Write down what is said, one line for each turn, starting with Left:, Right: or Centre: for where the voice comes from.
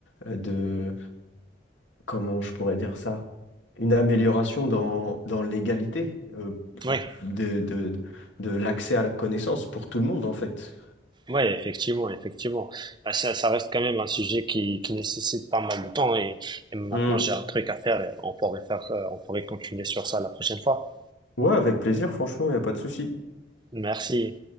Left: euh, de comment je pourrais dire ça? une amélioration dans, dans l'égalité euh,
Right: Oui,
Left: de, de, de l'accès à la connaissance pour tout le monde, en fait.
Right: ouais, effectivement, effectivement. Bah, ça, ça reste quand même un sujet qui, qui nécessite pas mal de temps et, et maintenant
Left: Hmm.
Right: j'ai un truc à faire, on pourrait faire, euh, on pourrait continuer sur ça la prochaine fois.
Left: Ouais, avec plaisir, franchement, il n'y a pas de souci.
Right: Merci.